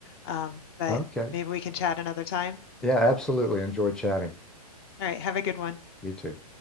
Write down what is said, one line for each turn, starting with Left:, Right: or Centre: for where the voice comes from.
Left: Um, but
Centre: Okay.
Left: maybe we can chat another time.
Centre: Yeah, absolutely. Enjoy chatting.
Left: All right. Have a good one.
Centre: You too.